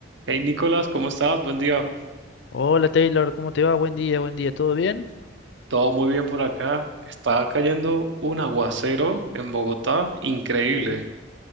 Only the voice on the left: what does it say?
Hola Taylor, ¿cómo te va? Buen día, buen día, ¿todo bien?
Uh,